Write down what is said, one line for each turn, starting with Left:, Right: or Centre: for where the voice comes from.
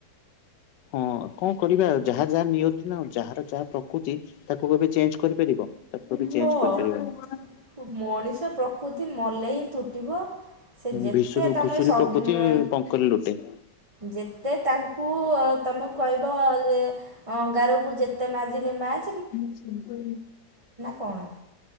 Left: ହଁ କଣ କରିବା ଆଉ ଯାହା ଯାହା ନିୟତି ତି ନା ଯାହାର ଯାହା ପ୍ରକୃତି ତାକୁ କେବେ ଚେଞ୍ଜ କରିପାରିବ ତାକୁ କେବେ ଚେଞ୍ଜ
Right: ହଁ
Left: କରିପାରିବନି।
Right: ମଣିଷ ପ୍ରକୃତି ମଲେ ହିଁ ତୁଟିବ। ସେ ଯେତେ
Left: ଭିଶୁରୁ
Right: ତମେ
Left: ଘୁଷୁରୀ
Right: ସବ
Left: ପ୍ରକୃତି ପଙ୍କର ଲୋଟେ।
Right: ଯେତେ ତାଙ୍କୁ ତମକୁ କହିବ ଯେ ଅଙ୍ଗାରକୁ ଯେତେ ମାଜିଲେ ମାଚ
Left: ମ ନାଇଁ
Right: କଣ?